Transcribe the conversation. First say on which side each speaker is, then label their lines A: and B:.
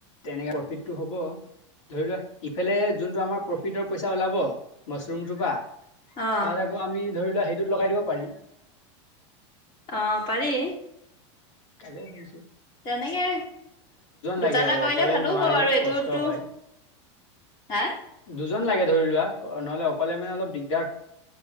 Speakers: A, on the left; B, on the left.
A: এনে প্ৰফিতটো হ'ব। ধৰি লোৱা ইফালে যোনটো আমাৰ প্ৰফিটৰ পইচা ওলাব মাছৰুমটো পৰা
B: অ
A: তাত আকৌ আমি ধৰি লোৱা হেইটোত লগাই দিব পাৰিম।
B: অ পাৰি।
A: কাইলৈ সুধিছো।
B: তেনেকে দুটা
A: লাগে
B: এটা
A: আৰু
B: কৰিলে
A: অকলে
B: ভালো
A: নোৱাৰি
B: হ'ব বাৰু। এইটোতটো
A: কষ্ট হয়
B: হা?
A: দুজন লাগে ধৰি লোৱা। নহ'লে অকলে মানে অলপ দিগ